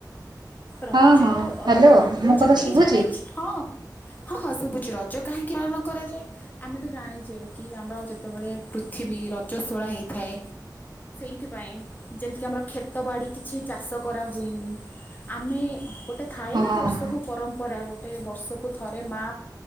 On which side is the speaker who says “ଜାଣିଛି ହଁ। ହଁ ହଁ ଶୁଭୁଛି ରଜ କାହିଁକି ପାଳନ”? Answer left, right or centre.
Left